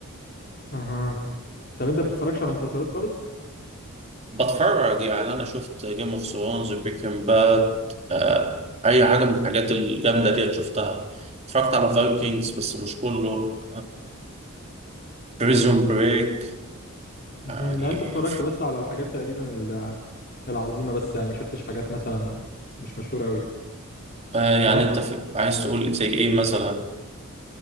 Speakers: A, on the left (about 45°); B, on the right (about 30°).
A: اها طب انت بتتفرجش على مسلسلات خالص
B: بتفرج يعني انا شفت جيم اوف ثرونز بريكنج باد آه اي حاجه من الحاجات الجامده ديت شفتها اتفرجت على فايكنجز بس مش كله بريزون بريك
A: مهم.
B: يعني
A: يعني انت اتفرجت بس على الحاجات تقريبا ال- العظيمة بس يعني ما شفتش حاجات مثلا مش مشهورة قوي
B: آه يعني
A: صح؟
B: انت في- عايز تقول زي ايه مثلا